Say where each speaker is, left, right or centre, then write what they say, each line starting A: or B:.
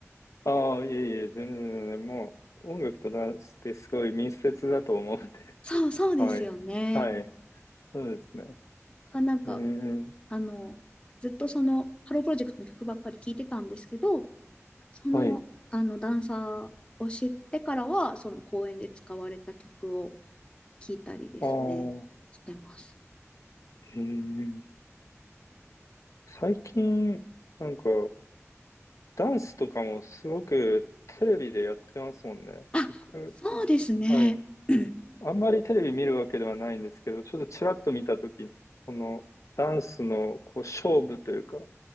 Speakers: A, on the left; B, on the left.
A: ああ、いえいえ、全然全然、もう、音楽とダンスってすごい密接だと思うんで。
B: そうそうですよね。
A: <laughs> はい。はい。そうですね。
B: なんか
A: えー、
B: あの、ずっとその、ハロープロジェクトの曲ばっかり聴いてたんですけど、その、
A: はい。
B: あの、ダンサーを知ってからは、その公演で使われた曲を聴いたりですね、
A: ああ、
B: してます。
A: えー、最近、なんか、ダンスとかもすごくテレビでやってますもんね。
B: あ、
A: 僕、
B: そうですね。
A: はい。
B: <clears throat>
A: あんまりテレビ見るわけではないんですけど、ちょっとちらっと見たときに、その、ダンスの、こう、勝負というか、